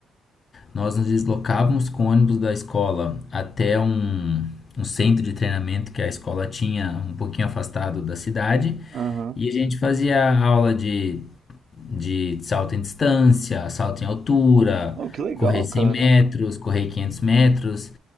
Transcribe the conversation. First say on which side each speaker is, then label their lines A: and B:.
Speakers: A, on the left; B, on the right.
A: nós nos deslocávamos com o ônibus da escola até um, um centro de treinamento que a escola tinha um pouquinho afastado da cidade.
B: Aham.
A: E a gente fazia aula de, de salto em distância, salto em altura,
B: Oh, que legal,
A: correr 100
B: cara.
A: metros, correr 500 metros.